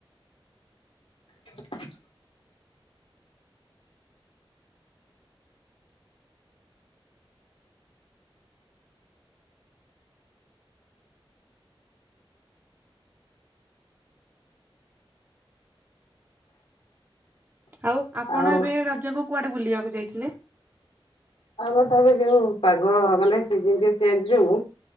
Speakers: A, on the left (about 85°); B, on the right (about 20°).
A: <inaudible>
B: ଆଉ ଆପଣ
A: ଆଉ
B: ଏବେ ରଜକୁ କୁଆଡେ ବୁଲିବାକୁ ଯାଇଥିଲେ।
A: ଆମ ତମେ ଯୋଉ ପାଗ ମାନେ ସି ଯୋଉ ଚେଞ୍ଜ ଯଉୁ